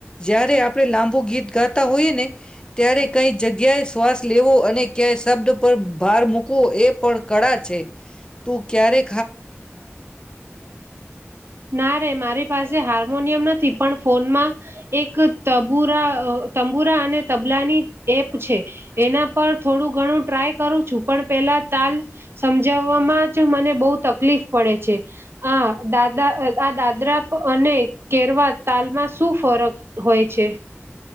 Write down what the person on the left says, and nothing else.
જય્યારે આપણે લાંબુ ગીત ગાતા હોઈએ ને ત્યારે કઈ જગ્યાએ શ્વાસ લેવો અને અને ક્યાય શબ્દ પર ભાર મૂકવો એ પણ કળા છે તું ક્યારે